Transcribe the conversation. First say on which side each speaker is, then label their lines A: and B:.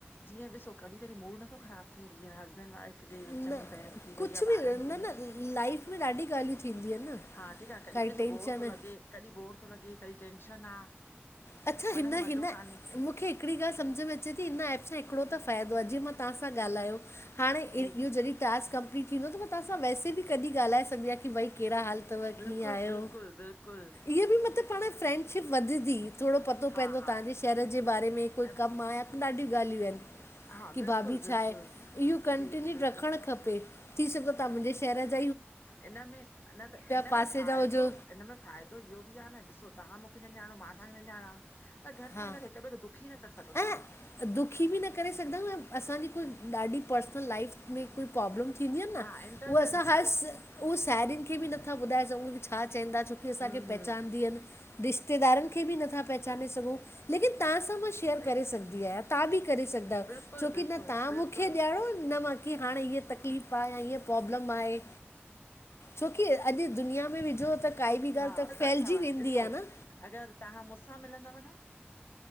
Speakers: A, on the left; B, on the left.
A: जीअं ॾिसो कॾीं कॾीं मूड नथो ख़राब थिए जीअं हसबैंड वाइफ जे
B: न
A: विच में बहस।
B: कुझु
A: वरी या
B: बि
A: ॿारन
B: न
A: जे
B: न लाइफ में ॾाढी ॻाल्हियूं थींदियूं आहिनि न
A: हा ठीक आ कॾीं
B: काई
A: ॾिसो
B: टेंशन
A: बोर तो
B: आहे।
A: लॻे कॾीं बोर तो लॻे कॾीं टेंशन आ।
B: अच्छा
A: मन
B: हिन
A: खे मज़ो
B: हिन
A: कान्हे
B: मुखे हिकड़ी ॻाल्हि सम्झ में अचे ती हिन एप सां हिकड़ो त फ़ाइदो आए जीअ मां तां सां ॻाल्हायो हाणे इ
A: जी जी
B: इहो जॾहिं टास्क कंप फ्री थींदो त मां तव्हां सां वैसे बि कॾीं ॻाल्हाए सघदी आयां क भई केड़ा हाल? अथव
A: बिल्कुल
B: कीअं आहियो
A: बिल्कुल बिल्कुल।
B: इहा बि मतिलबु पाण फ्रैंडशिप वधदी थोड़ो पतो
A: हा
B: पएंदो
A: हा
B: तां जे शेहर जे बारे में कोई
A: न
B: कम आ। ॾाढियूं ॻाल्हियूं आहिन।
A: हा
B: की
A: बिल्कुलु
B: भाभी छाए?
A: बिल्कुलु
B: इहो कंटिन्यू
A: जी जी बिल्कुलु
B: रखण खपे थी सघो था मुंहिंजे शहर ज
A: इनमें न त इनमें
B: पासे
A: फ़ाइदो
B: जा हुजो
A: इनमें फ़ाइदो इहो बि आ न ॾिसो तां मुखे न ञाणो मां तांखे न ञाणा। त घटि
B: हा
A: में घटि हिक ॿिए खे दुखी न करे सघंदो
B: ऐं
A: माण्हू।
B: दुखी बि न करे सघंदा न असांजी कोई ॾाढी पर्सनल लाइफ में कोई प्रॉब्लम थिंदयूं आहिन
A: हा इंटरफेयर
B: न असां
A: थींदो
B: ऊ साहेड़ियुन खे बि नथा ॿुधाए सघूं छा चएंदा छोकी असां
A: हूं
B: पचानदी
A: हूं
B: अन रिश्तेदारनि खे बि नथा पहचाने
A: स
B: सघूं। लेकिन तव्हांसां मां शेयर
A: सही
B: करे सघंदी
A: आहे
B: आहियां, तव्हां बि करे सघंदा आहियो,
A: बिल्कुलु
B: छोकी
A: बिल्कुलु
B: न तव्हां
A: बिल्कुलु
B: मूंखे ॼाणो न की हाणे हीअ तकलीफ़ आहे हीअ प्रॉब्लम आहे छोकी, अॼु दुनिया में विझो त काई बि ॻाल्हि
A: हा,
B: फैलिजी
A: त अथव
B: वेंदी
A: ॾिसो,
B: आहे न
A: अगर तव्हां मूंसां मिलंदव न